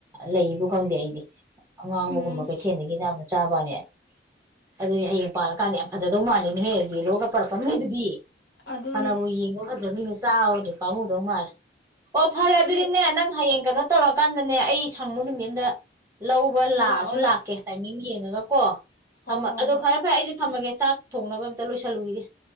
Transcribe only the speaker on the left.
ꯎꯝ
ꯑꯗꯨꯅꯦ
ꯈꯪꯗꯦ
ꯂꯥꯛꯑꯣ ꯂꯥꯛꯑꯣ
ꯍꯣ
ꯍꯣ
ꯍꯣꯏ